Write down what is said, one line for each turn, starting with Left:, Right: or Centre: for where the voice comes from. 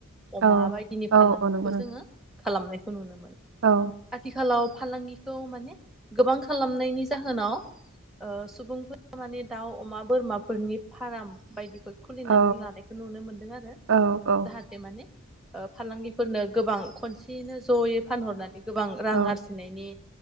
Centre: अमा
Right: औ
Centre: बायदिनि
Right: औ
Centre: फालांगिखौ
Right: औ नंगौ नोंथां
Centre: जोङो खालामनायखौ नुनो मोनो।
Right: औ
Centre: आथिखालाव फालांगि खौ माने गोबां खालामनायनि जाहोनाव ओ सुबुंफोरा माने दाउ अमा बोरमाफोरनि फार्म बायदि फोर खुलिनानै
Right: औ
Centre: लानायखौ नुनो मोनदों आरो
Right: औ औ
Centre: जाहाथे माने ओ फालांगिफोरनो गोबां खनसेयैनो जयै फानहरनानै गोबां रां
Right: औ
Centre: आरजिनायनि